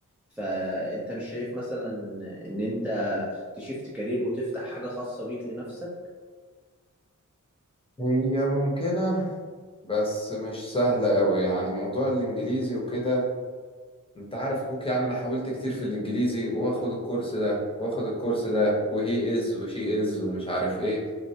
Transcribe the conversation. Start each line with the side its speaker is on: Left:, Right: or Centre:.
Centre: فانت مش شايف مثلا ان انت تشيفت كارير وتفتح حاجه خاصه بيك لنفسك
Left: هي ممكنة بس مش سهلة أوي يعني موضوع الإنجليزي وكده انت عارف اخوك يعني انا حاولت كتير في الانجليزي واخد الكورس ده واخد الكورس ده وهي از وشي از ومش عارف ايه